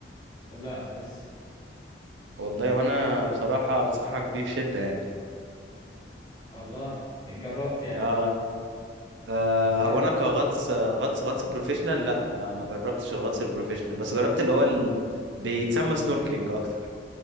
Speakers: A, on the left (about 25°); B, on the right (about 85°).
A: لا لسه
B: والله وانا بصراحة انصحك بيه بشدة يعني
A: والله جربت يعني
B: اه آه
A: ما حلو
B: هو انا كغطس آه، غطس غطس بروفيشنال لا ما ما جربتش الغطس البروفيشنال بس جربت اللي هو ال... بيتسمى سنوركلينج اكتر